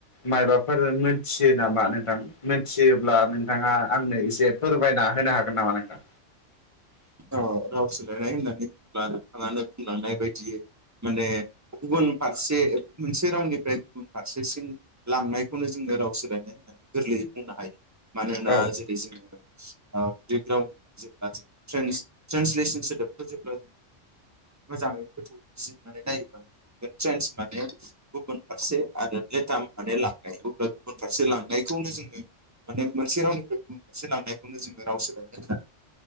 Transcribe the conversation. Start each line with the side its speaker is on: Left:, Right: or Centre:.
Left: माबाफोर मोनथियो नामा नोंथां मोनथियोब्ला नोंथाङा आंनो एसे फोरमायना होनो हागोन नामा नोंथां
Right: औ राव सोलायनाय होननानै बुंुङब्ला नोंथाङानो बुंलांनाय बायदियै माने गुबुन फारसे मोनसे रावनिफ्राय गुबुन फारसेसिम लांनायखौनो जोंनो राव सोलायनाय होननानै गोरलैयै बुंनो हायो मानोना
Left: औ
Right: जेरै जोङो प्लेग्राउन्ड <unintelligible> मोजाङै गोथौ बिजिरनानै नायोबानो ट्रेन्स माने गुबुन फारसे आरो <unintelligible> गुबुन फारसे लांनायखौनो जोङो माने मोनसे रावनिफ्राय गुबुन फारसे लांनायखौनो जोङो राव सोलायनो